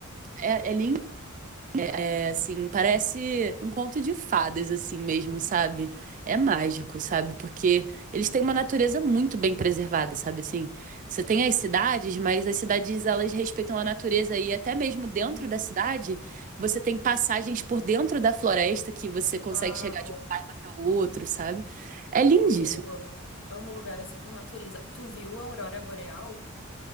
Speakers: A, on the right (about 40°); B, on the left (about 60°).
A: É, é lindo, é assim, parece um conto de fadas, assim mesmo, sabe? É mágico, sabe? Porque eles têm uma natureza muito bem preservada, sabe? Assim, você tem as cidades, mas as cidades elas respeitam a natureza e até mesmo dentro
B: Uhum.
A: da cidade, você tem passagens por dentro da floresta que você consegue
B: Uau.
A: chegar de um bairro até o outro, sabe? É lindíssimo.
B: Nossa, eu amo. Amo lugar assim com natureza. Tu viu a aurora boreal?